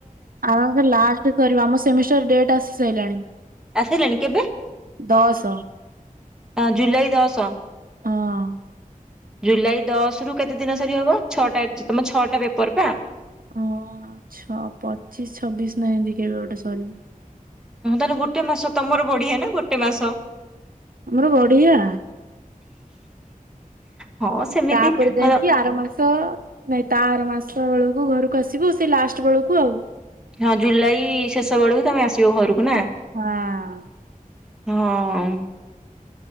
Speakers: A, on the right (about 80°); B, in the centre.
A: ଆମର ବୋଧେ ଲାଷ୍ଟ ସରିବ। ଆମ ସେମିଷ୍ଟର ଡେଟ ଆସି ସାଇଲାଣି।
B: ଆସାଇଲାଣି କେବେ?
A: ଦଶ
B: ଅଁ ଜୁଲାଇ ଦଶ ।
A: ହଁ।
B: ଜୁଲାଇ ଦଶରୁ କେତେ ଦିନ ସାରି ହବ ଛଅଟା ଏଗ୍ଜ ତମ ଛଅଟା ପେପର ପା?
A: ଅ ଛ ପଚିଶ ଛବିଶ ନାଁ ଏନ୍ତି କେବେ ଗୋଟେ ସରି।
B: ହଁ ତାନେ ଗୋଟେ ମାସ ତମର ବଢିଆ ନାଁ ଗୋଟେ ମାସ।
A: ଆମର ବଢ଼ିଆ।
B: ହଁ ସେମିତି
A: ତାପରେ ଯାଇଁକି
B: ହଁ
A: ଆର ମାସ ତ ନାଇଁ ତା ଆର ମାସ ବେଳୁକୁ ଘରକୁ ଆସିବ ସେଇ ଲାଷ୍ଟ ବେଳକୁ ଆଉ।
B: ହଁ ଜୁଲାଇ ଶେଷ ବେଳୁକୁ ତମେ ଆସିବ ଗୋରୁକୁ ନାଁ?
A: ହଁ।
B: ହଁ।